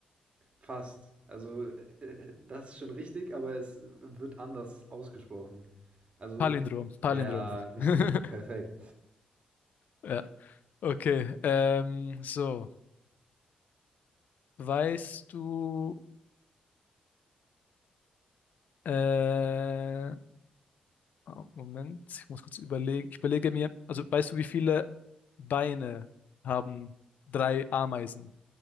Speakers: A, on the right; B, on the left.
A: Fast. Also, äh, äh, das ist schon richtig, aber es, äh, wird anders ausgesprochen. Also,
B: Palindrom.
A: äh
B: Palindrom.
A: ja, richtig,
B: <laughs>
A: perfekt.
B: Ja, okay. Ähm, so, weißt du, äh, oh, Moment, ich muss kurz überlegen. Ich überlege mir, also weißt du, wie viele Beine haben drei Ameisen